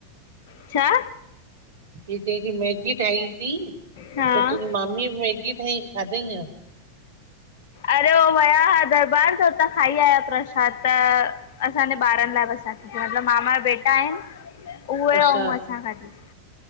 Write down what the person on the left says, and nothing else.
छा?
हा
अरे हो विया हि दरबार त उतां खाई आया प्रसाद त असांजे ॿारनि लाइ बस ठातीसी मतलब मामा जा बेटा आहिनि उहे
ऐं असां खाधीसी।